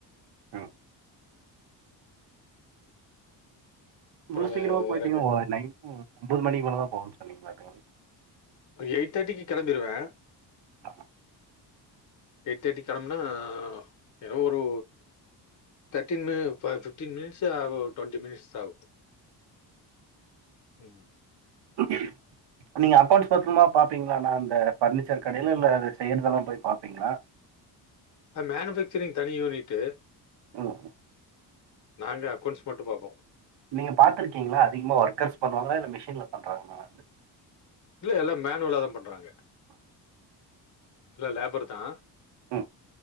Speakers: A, on the right; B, on the left.
A: ஆஹ
B: அப்புறம்
A: இவ்ளோ
B: வே
A: சிக்கராமாவே போயிட்டீங்ளே
B: வேறங்க
A: ஒரு நைட்டு ஒம்போது மணிக்கு மேல தா போவே சொன்னிங்களாக்கா
B: ஒரு எயிட் தேட்டிக்கு கெளம்பிருவே
A: அ
B: எயிட் தேட்டிக்கு கெளம்புனா என்ன ஒரு தேட்டின்னு ப ஃப்பிட்டின் மினிட்ஸே ஆகு டுவெண்ட்டி மினிட்ஸ் தா ஆகு ம்
A: ஆஹஹ நீங்க அக்கவுண்ட்ஸ் பக்காமா பாப்பீங்ளாணா அந்த பர்னிச்சர் கடைல இல்ல அந்த செய்னுதெல்லா போய் பாப்பிங்களா
B: மேனுஃபேக்சரிங் தனி யூனிட்டு
A: ம்
B: நாங்க அக்கெளண்ட்ஸ் மட்டு பாப்போ
A: நீங்க பாத்திருகிங்களா அதிகமா ஒர்க்கர்ஸ் பண்ணுவாங்களா இல்ல மிஷின்ல பண்றங்ளா வந்து
B: இல்ல எல்லா மேனுவலதா பண்றாங்க இல்ல லேபர் தா
A: அ